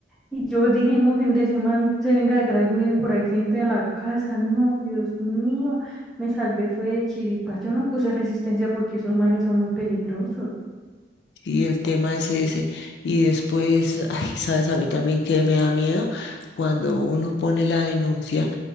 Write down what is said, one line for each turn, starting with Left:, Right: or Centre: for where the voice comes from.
Centre: Y yo dije, no, gente, ese man se venga detrás mío y por ahí se entre a la casa. No, Dios mío, me salvé, fue de chiripas. Yo no puse resistencia porque esos manes son muy peligrosos.
Left: Y el tema es ese. Y después, ay, sabes, a mí también que me da miedo cuando uno pone la denuncia